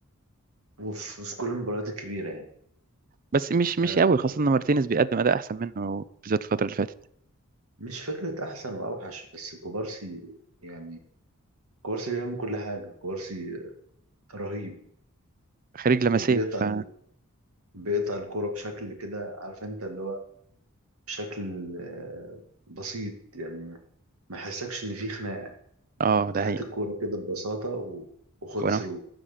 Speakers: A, on the right; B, on the right.
A: وفي في كل المباريات الكبيرة يعني
B: بس مش مش
A: آه
B: قوي خاصة ان مارتينيز بيقدم اداء احسن منه بالذات الفترة اللي فاتت
A: مش فكرة أحسن وأوحش بس كوبارسي يعني كوبارسي بيعمل كل حاجة كوبارسي رهيب
B: خارج لمسية
A: وبيقطع
B: ف
A: بيقطع الكرة بشكل كده عارف أنت اللي هو بشكل آه بسيط يعني ما حسكش إن في خناقة
B: اه ده
A: هات
B: حقيقي
A: الكورة كده ببساطة و- وخد
B: ونوع-
A: ثرو